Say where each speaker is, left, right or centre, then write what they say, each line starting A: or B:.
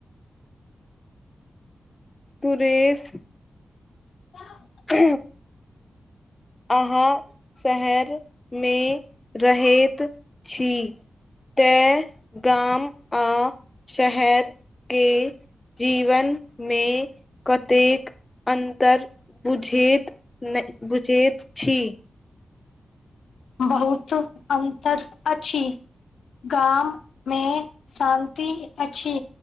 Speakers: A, on the left (about 25°); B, on the left (about 85°).
A: तुरेेश
B: त
A: ह अहाँ शहर मे रहैत छी? तैँ गाम आ शहरके जीवन मे कतेक अन्तर बुझेैत नहि बुझेर। अछि।
B: बहुत अन्तर अछि। गाम मे शान्ति अछि।